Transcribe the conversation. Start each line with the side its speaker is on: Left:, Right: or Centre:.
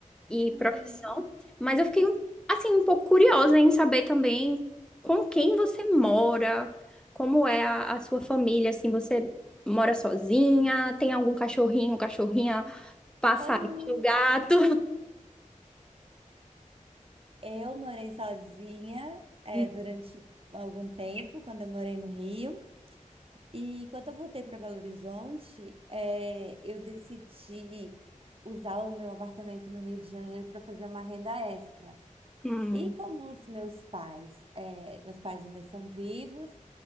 Centre: e
Right: Uhum.
Centre: profissão, mas eu fiquei um- assim um pouco curiosa em saber também com quem você mora, como é a, a sua família, assim, você mora sozinha, tem algum cachorrinho, cachorrinha, passarinho,
Right: Oh,
Centre: um gato?
Right: eu morei sozinha, é,
Centre: <laughs>
Right: durante algum tempo, quando eu morei no Rio. E quando eu voltei para Belo Horizonte, é, eu decidi usar o meu apartamento no Rio de Janeiro para fazer uma renda extra.
Centre: Hum.
Right: E como os meus pais, eh, meus pais ainda são vivos